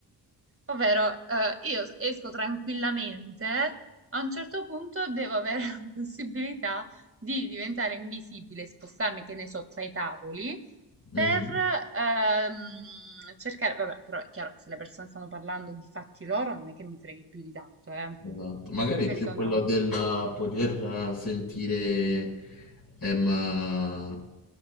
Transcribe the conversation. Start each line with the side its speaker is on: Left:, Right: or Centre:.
Right: Ovvero, eh, io s- esco tranquillamente, a un certo punto devo avere <laughs> la possibilità di diventare invisibile, spostarmi, che ne so, tra i tavoli,
Left: Mhm.
Right: per ehm, cercare, vabbè, però è chiaro che se le persone stanno parlando di fatti loro, non è che mi freghi più di tanto, eh.
Left: Esatto. Magari
Right: Questo
Left: più quello
Right: no.
Left: del eh, poter eh, sentire, ehm,